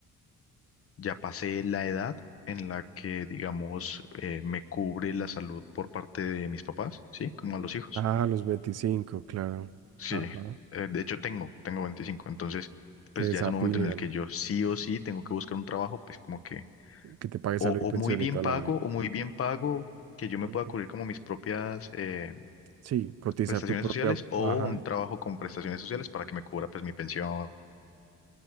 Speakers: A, on the left; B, on the right.
A: Ya pasé la edad en la que, digamos, eh, me cubre la salud por parte de mis papás, ¿sí? Como a los hijos.
B: Ah, los 25, claro.
A: Sí,
B: Ajá.
A: eh, de hecho tengo, tengo 25, entonces pues
B: Te desafilian,
A: ya es un momento en el que yo sí o sí tengo que buscar un trabajo, pues como que
B: que te pagues
A: o,
B: salud
A: o
B: y pensión
A: muy bien
B: y toda
A: pago
B: la vaina.
A: o muy bien pago que yo me
B: Ujú.
A: pueda cubrir como mis propias eh,
B: Sí, cotizar
A: prestaciones
B: tu propia.
A: sociales o
B: Ajá.
A: un trabajo con prestaciones sociales para que me cubra pues mi pensión.